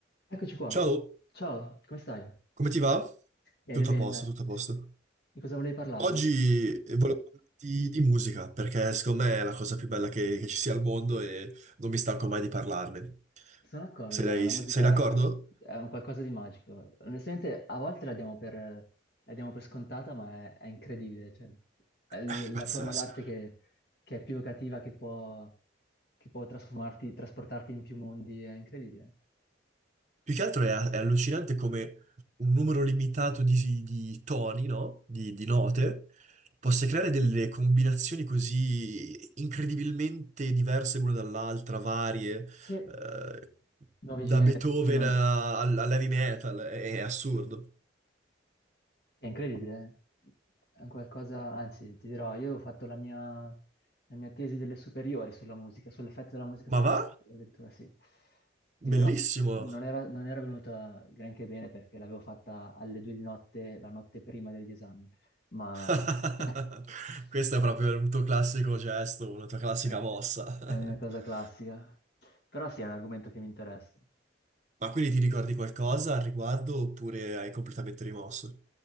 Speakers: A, on the left; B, on the right.
A: Eccoci qua.
B: Ciao,
A: Ciao, come stai?
B: come ti va?
A: Bene,
B: Tutto
A: bene,
B: a posto,
A: dai.
B: tutto a posto.
A: Di cosa volevi parlarmi?
B: Oggi eh, volevo parlarti di musica perché secondo me è la cosa più bella che, che ci sia al mondo e non mi stanco mai di parlarne.
A: Sono d'accordo,
B: Sei,
A: guarda, la
B: sei
A: musica
B: d'accordo?
A: è un qualcosa di magico. Onestamente, a volte la diamo per, la diamo per scontata, ma è, è incredibile. Cioè, è l-
B: Eh, Pazzesco.
A: la forma d'arte che, che è più evocativa, che può, che può trasformarti, trasportarti in più mondi, è incredibile.
B: Più che altro è, è allucinante come un numero limitato di, di toni, no? Di, di note, possa creare delle combinazioni così incredibilmente diverse l'una dall'altra, varie,
A: Sì,
B: eh,
A: nuovi
B: da
A: generi,
B: Beethoven
A: sì, noi-
B: a- al, all'heavy metal, è, è assurdo.
A: È incredibile, è un qualcosa, anzi ti dirò, io ho fatto la mia, la mia tesi delle superiori sulla musica, sull'effetto della musica sul
B: Ma va?
A: cervello, addirittura sì. Ti
B: Bellissimo!
A: dirò, non era, non era venuta granché bene perché l'avevo fatta alle due di notte, la notte prima degli esami, ma
B: <laughs>
A: <laughs>
B: Questo è proprio un tuo classico gesto, una tua classica
A: è
B: mossa. <laughs>
A: è una cosa classica. Però sì, è un argomento che mi interessa.
B: Ma quindi ti ricordi qualcosa al riguardo oppure hai completamente rimosso?